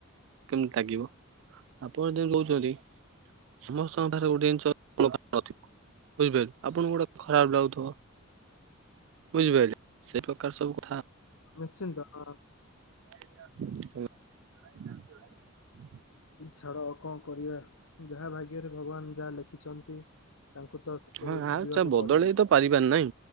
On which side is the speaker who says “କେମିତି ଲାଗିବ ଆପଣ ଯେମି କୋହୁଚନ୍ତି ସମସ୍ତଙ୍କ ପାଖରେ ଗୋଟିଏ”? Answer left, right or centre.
Right